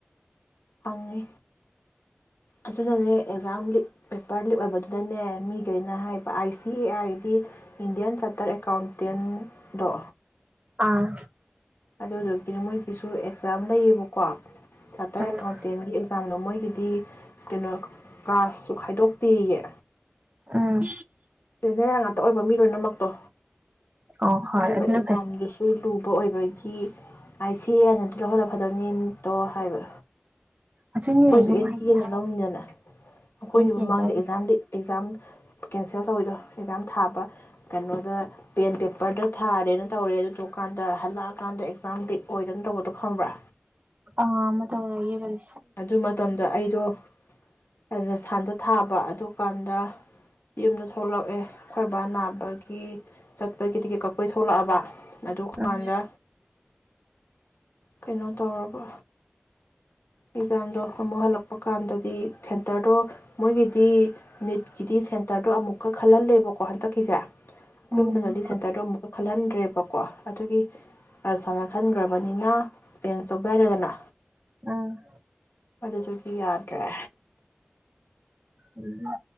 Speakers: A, on the left (about 70°); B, on the right (about 35°).
A: ꯐꯪꯉꯤ ꯑꯗꯨꯅꯅꯦ ꯑꯦꯛꯖꯥꯝ ꯂꯤꯛ ꯄꯦꯄꯔ ꯂꯤꯛ ꯑꯣꯏꯕꯗꯨꯗꯅꯦ ꯃꯤꯒꯩꯅ ꯍꯥꯏꯕ ꯑꯥꯏ ꯁꯤ ꯑꯦ ꯒꯤꯗꯤ ꯏꯟꯗꯤꯌꯥꯟ ꯆꯥꯔꯇꯔ ꯑꯦꯀꯥꯎꯟꯇꯦꯟꯗꯣ
B: ꯑꯥ
A: ꯑꯗꯨꯗꯨꯒꯤꯗꯤ ꯃꯣꯏꯒꯤꯁꯨ ꯑꯦꯛꯖꯥꯝ ꯂꯩꯌꯦꯕꯀꯣ ꯆꯥꯇꯔ
B: ꯎꯝ
A: ꯑꯦꯀꯥꯎꯟꯇꯦꯟꯒꯤ ꯑꯦꯛꯖꯥꯝꯗꯣ ꯃꯣꯏꯒꯤꯗꯤ ꯀꯩꯅꯣ ꯀ꯭ꯂꯥꯁꯁꯨ ꯈꯥꯏꯗꯣꯛꯇꯦꯌꯦ
B: ꯎꯝ
A: ꯖꯦꯅꯦꯔꯦꯜ ꯉꯥꯛꯇ ꯑꯣꯏꯕ ꯃꯤ ꯂꯣꯏꯅꯃꯛꯇꯣ
B: ꯑꯣ ꯍꯣꯏ
A: ꯑꯗꯨꯒ
B: ꯑꯗꯨꯅ
A: ꯑꯦꯛꯖꯥꯝꯗꯨꯁꯨ
B: ꯐꯩ
A: <unintelligible> ꯑ‌ꯣꯏꯕꯩꯗꯤ ꯒꯤ ꯑꯥꯏꯁꯤꯑ‌ꯦꯅ ꯂꯧꯍꯜꯂ ꯐꯗꯧꯅꯤꯗ‌ꯣ ꯍꯥꯏꯕ
B: ꯑꯗꯨꯅꯦ
A: ꯑꯈ‌ꯣꯏꯁꯨ
B: ꯅꯨꯡꯉꯥꯏꯇꯦ
A: ꯑꯟ ꯇꯤ ꯑ‌ꯦ ꯅ
B: ꯍꯥꯏꯕ
A: ꯂꯧꯅꯤꯗꯅ ꯑꯩꯈ‌ꯣꯏꯁꯨ
B: ꯑꯦꯟ ꯇꯤ
A: ꯃꯃꯥꯡꯗ
B: ꯑꯦꯟꯗ ꯑꯣꯏꯅ
A: ꯑ‌ꯦꯛꯖꯥꯝ ꯂꯤꯛ ꯑ‌ꯦꯛꯖꯥꯝ ꯀꯦꯟ ꯁꯦꯜ ꯇꯧꯔꯤ ꯑꯦꯛꯖꯥꯝ ꯊꯥꯕ ꯀꯩꯢꯅꯣꯗ ꯄꯦꯟ ꯄꯦꯔ ꯊꯥꯔꯦ ꯇꯧꯔꯦ ꯑꯗꯨ ꯀꯥꯟꯗ ꯑꯗꯨ ꯀꯥꯟ ꯑꯦꯛꯖꯥꯝ ꯂꯤꯛ ꯑꯣꯏꯗꯅ ꯇꯧꯕꯗꯨ ꯈꯪꯕ꯭ꯔ
B: ꯀꯉꯥ ꯑꯃ ꯊꯣꯡꯅꯥꯒꯤꯕꯅꯤ
A: ꯑꯗꯨ ꯃꯇꯝꯗ ꯑꯩꯗꯣ ꯔꯥꯖꯁꯊꯥꯟꯗ ꯊꯥꯕ ꯇꯨꯀꯥꯟꯗ ꯌꯨꯝꯗ ꯊꯣꯂꯛꯑꯦ ꯑꯩꯈꯣꯏ ꯕꯥ ꯅꯥꯕꯒꯤ ꯆꯠꯄꯩ ꯇꯤꯀꯦꯠ ꯀꯛꯄꯒꯤ ꯊꯣꯔꯛꯑꯕ ꯑꯗꯨ
B: ꯎꯝ
A: ꯀꯥꯟꯗ ꯀꯩꯅꯣ ꯇꯧꯔꯕꯣ ꯑꯦꯛꯖꯥꯝꯗꯣ ꯑꯃꯨꯛ ꯍꯜꯂꯛꯄ ꯀꯥꯟꯗꯗꯤ ꯁꯦꯟꯇꯔꯗꯣ ꯃꯣꯏꯒꯤꯗꯤ ꯅꯤꯠꯀꯤꯗꯤ ꯁꯦꯟꯇꯔꯗꯣ ꯑꯃꯨꯛꯀ ꯈꯜꯍꯟꯂꯦꯕꯀꯣ ꯍꯑꯗꯛꯀꯤꯁꯦ ꯑꯈꯣꯏ
B: ꯎꯝ
A: ꯃꯇꯝꯗꯗꯤ ꯁꯦꯟꯇꯔꯗꯣ ꯑꯃꯨꯛꯀ ꯈꯂꯟꯗ꯭ꯔꯦꯕꯀꯣ ꯑꯗꯨꯒꯤ ꯑꯁꯍꯥꯅ ꯈꯟꯒ꯭ꯔꯕꯅꯤꯅ ꯁꯦꯟ ꯆꯣꯞꯅꯔꯦꯗꯅ
B: ꯎꯝ
A: ꯑꯗꯨꯗꯒꯤ ꯌꯥꯗ꯭ꯔꯦ
B: ꯎꯝ